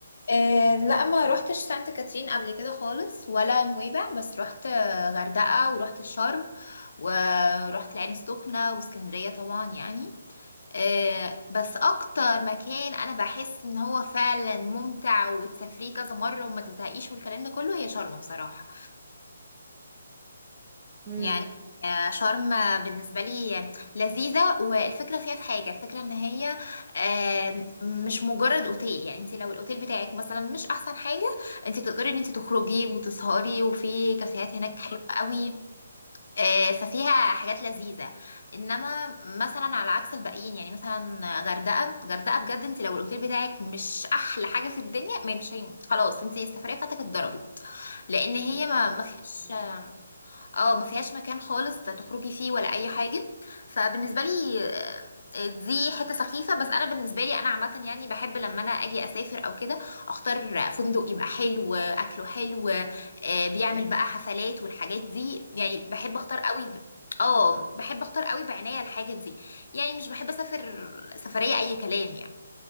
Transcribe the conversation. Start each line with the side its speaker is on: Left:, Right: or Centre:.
Left: إيه لا ما روحتش سانت كاترين قبل كده خالص ولا نويبع بس روحت آه، غردقة وروحت الشرم ورحت العين السخنة واسكندرية طبعا يعني آه، بس اكتر مكان انا بحس ان هو فعلا ممتع وتسافريه كذا مره وما تزهقيش والكلام ده كله هي شرم بصراحه
Right: امم
Left: يعني آه، شرم بالنسبه لي لذيذه والفكره فيها في حاجه الفكره ان هي آه، مش مجرد اوتيل يعني انت لو الاوتيل بتاعك مثلا مش احسن حاجه انت تقدري ان انت تخرجي وتسهري وفي كافيهات هناك حلوه
Right: بس
Left: قوي آه، ففيها حاجات لذيذة انما مثلا على عكس الباقيين يعني مثلا غردقة غردقة بجد انت لو الاوتيل بتاعك مش احلى حاجة في الدنيا ما مش هي- خلاص انت السفرية بتاعتك اتضربت لان هي
Right: بس
Left: ما
Right: انا
Left: ما فيهاش
Right: حاسة-
Left: اه ما فيهاش مكان خالص تخرجي فيه ولا اي حاجه فبالنسبه لي آه، دي حته سخيفه بس انا بالنسبه لي انا عامه يعني بحب لما انا اجي اسافر او كده اختار فندق يبقى حلو اكله حلو آه، بيعمل بقى حفلات والحاجات دي يعني بحب اختار قوي ب... اه بحب اختار قوي بعناية الحاجه دي يعني مش بحب اسافر سفريه اي كلام يعني